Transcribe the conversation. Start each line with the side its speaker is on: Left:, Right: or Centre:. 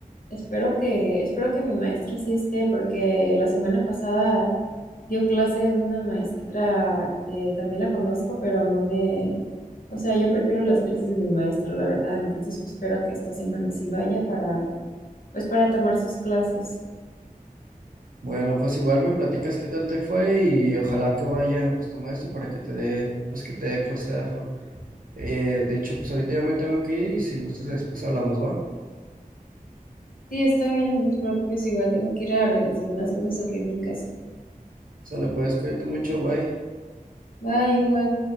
Left: Espero que, espero que mi maestra sí esté, porque la semana pasada dio clase una maestra que también la conozco, pero no me, o sea, yo prefiero las clases de mi maestro, la verdad. Entonces, pues espero que esta semana sí vaya para, pues para tomar sus clases.
Right: Bueno, pues igual me platicas qué tal te fue y ojalá que vaya pues tu maestro para que te dé, pues que te dé clase de afro. Eh, de hecho, pues ahorita ya me tengo que ir y si gustas después hablamos, ¿va?
Left: Sí, está bien, no te preocupes, igual tengo que ir a organizar unas cosas aquí en mi casa.
Right: Sale, pues cuídate mucho, bye.
Left: Bye, igual.